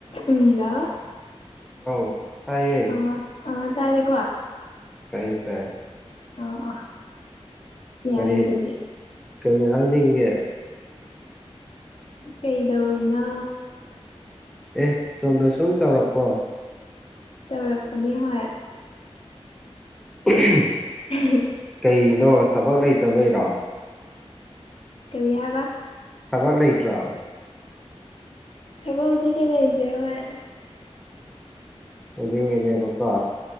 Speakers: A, on the left; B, in the centre.
A: ꯍꯨꯏꯂꯥ
B: ꯑꯧ ꯇꯥꯏꯌꯦ
A: ꯑꯣ ꯑ ꯇꯥꯔꯦꯀꯣ
B: ꯇꯥꯏꯌꯦ ꯇꯥꯏ
A: ꯑꯥ ꯑꯥ ꯌꯥꯔꯦ
B: ꯀꯔꯤ
A: ꯑꯗꯨꯗꯤ
B: ꯀꯔꯤ ꯍꯥꯏꯅꯤꯡꯒꯦ
A: ꯀꯩꯗꯧꯔꯤꯅꯣ
B: ꯑꯦ ꯆꯨꯝꯅ ꯁꯨꯝ ꯇꯧꯔꯛꯄꯣ
A: ꯇꯧꯔꯛꯄꯅꯤ ꯍꯣꯏ
B: <unintelligible>
A: <unintelligible>
B: ꯀꯩꯒꯤꯅꯣ ꯊꯕꯛ ꯂꯩꯇꯕꯩꯔꯣ
A: ꯀꯔꯤ ꯍꯥꯏꯕ
B: ꯊꯕꯔ ꯂꯩꯇ꯭ꯔꯣ
A: ꯊꯕ ꯍꯧꯖꯤꯛꯇꯤ ꯂꯩꯇꯦ ꯍꯣꯏ
B: ꯑꯗꯨꯒꯤꯅꯦꯕꯀꯣ